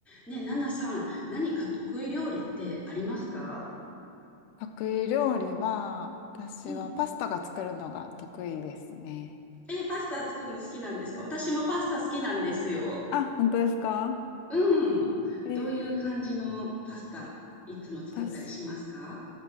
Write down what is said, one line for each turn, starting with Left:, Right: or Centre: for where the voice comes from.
Centre: ねえ、ナナさん、何か得意料理ってありますか
Left: 得意料理は、私はパスタが作るのが得意ですね。
Centre: うん。えー、パスタ作るの好きなんですか私もパスタ好きなんですよ。
Left: あ、本当ですか
Centre: うん。
Left: えー、
Centre: どういう感じのパスタいつも作ったりしますか
Left: 私、